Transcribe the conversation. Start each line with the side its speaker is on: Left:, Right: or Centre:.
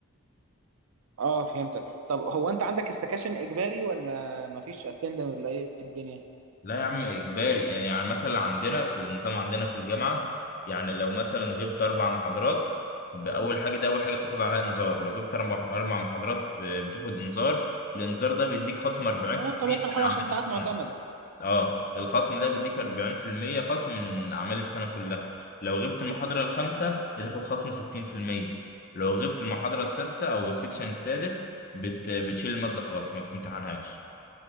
Right: اه فهمتك طب هو انت عندك استكاشن اجباري ولا مفيش اتندنس ولا ايه الدنيا
Left: لا يا عم اجباري يعني مثلا عندنا في النظام عندنا في الجامعه يعني لو مثلا غبت اربع محاضرات باول حاجه ده اول حاجه بتاخد عليها انذار لو غبت اربع أربع محاضرات ب- بتاخد انذار الانذار ده بيديك خصم 40%
Right: اه بطبيعه الحال
Left: من اعمال
Right: عشان ساعات
Left: السنه
Right: معتمده
Left: اه الخصم ده بيديك 40% خصم من اعمال السنه كلها لو غبت المحاضره الخامسه بتاخد خصم 60% لو غبت المحاضره السادسه او السكشن السادس بت... بتشيل الماده خالص ما بتمتحنهاش